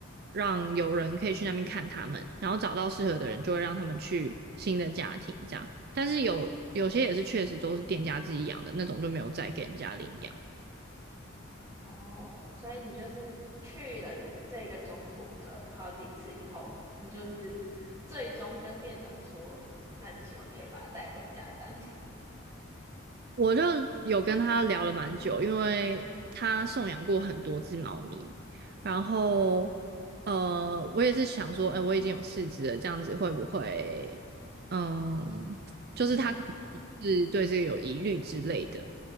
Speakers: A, on the right (about 50°); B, on the right (about 15°).
A: 让有人可以去那边看它们，然后找到适合的人就会让他们去新的家庭这样。但是有有些也是确实都是店家自己养的那种，就没有再给人家领养。
B: 哦，所以你就是去了这这个中途的好几次以后，你就是最终跟店长说，那你希望可以把它带回家，这样
A: 我就有跟他聊了蛮久，因为他送养过很多只猫咪，然后呃，我也是想说，哎、我已经有四只了，这样子会不会，嗯，就是他可能是对这个有疑虑之类的。
B: <laughs> 太多，